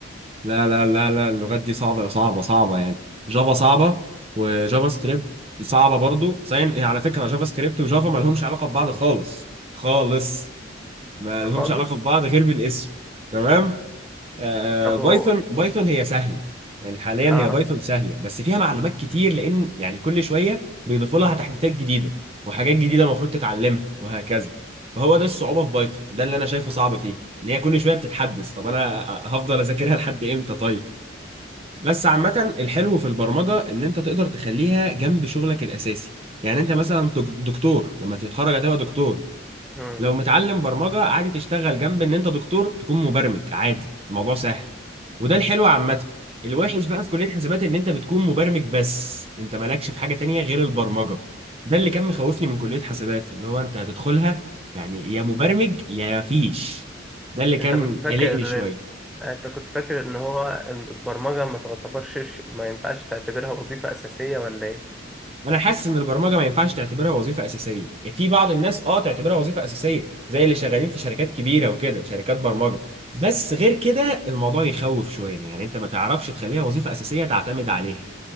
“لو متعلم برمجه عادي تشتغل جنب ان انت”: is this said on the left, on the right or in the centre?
Right